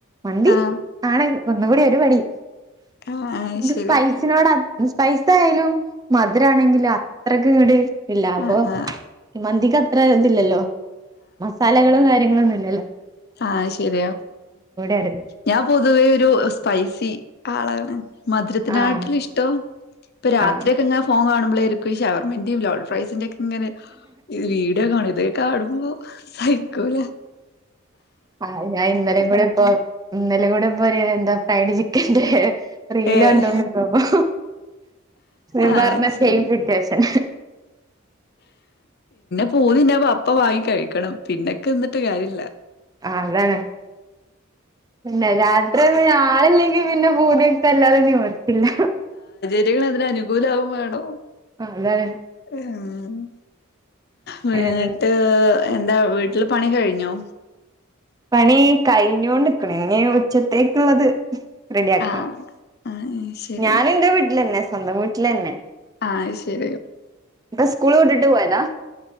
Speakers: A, on the right; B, on the left.
A: മന്തി,
B: ആഹ്
A: ആണ്. ഒന്ന്കൂടി ഒരുപടി.
B: ആഹ് ആഹ്
A: ൻ്റെ
B: ശരി
A: സ്പൈസിനോടാ അ സ്പൈസ് ആയാലും മധുരാണെങ്കിലും അത്രക്ക് ഇങ്ങട് ഇല്ല അപ്പൊ
B: ആഹ് ആഹ്
A: ഈ മന്തി ഇത്ര ഇതില്ലല്ലോ മസാലകളും കാര്യങ്ങളും നി <unintelligible>
B: ആ ശരിയാ
A: അരുത്
B: ഞാൻ പൊതുവേ ഒരു സ്പൈസി ആളാണ് മധുരത്തിനായിടുള്ള
A: ആഹ്
B: ഇഷ്ടോ ഇപ്പൊ രാത്രി
A: ആഹ്
B: പിന്നെ ഫോൺ കാണും നമ്മളിരിക്കു ഈ ഷവർമന്റയും ലോൾ ഫ്രൈസിന്റെക്കെ ഇങ്ങനെ വീഡിയോ കാണത് കണുമ്പോ സൈക്കുല
A: ആ ഞാൻ ഇന്നലെ കൂടെ ഇപ്പോ ന്നല കൂടെ പോയാ എന്താ ഫ്രൈഡ് ചിക്കന്റെ റീല്
B: ഏഹ്
A: കണ്ടോണ്ടിരുന്നപ്പോ നീ
B: ആഹ്
A: പറഞ്ഞ
B: ശരി
A: സെയിം സിറ്റുവേഷൻ
B: പു പിന്നെ പപ്പ വാങ്ങി കഴിക്കണം പിന്നെക്കെ എന്നിട്ട് കാര്യഇല്ല
A: ആ അതാണ് പിന്നെ രാത്രി പിന്നെ ആളില്ലെങ്കിൽ പിന്നെ പൂതി ഇതല്ലാതെ നീവർത്തില്ല
B: ജീവിതം അതിന് അനുകൂലാവുമാണം
A: ആഹ് അതാണ്
B: ആഹ് വീന്ന്ട്ട്
A: ഏഹ്
B: എന്താ വീട്ടില് പണി കഴിഞ്ഞൊ
A: പണി കഴിഞ്ഞോണ്ട്ക്ക്ണ് ഇനി ഉച്ചത്തേക്ക്ള്ളത് റെഡിയാക്കണം
B: ആഹ് ആഹ് ശരി
A: ഞാന് ഇന്റെ വീട്ട്ലന്നെ സ്വന്തം വീട്ടിലന്നെ
B: ആഹ് ശരി
A: ഇപ്പ സ്കൂള് വിട്ടിട്ട് പോയതാ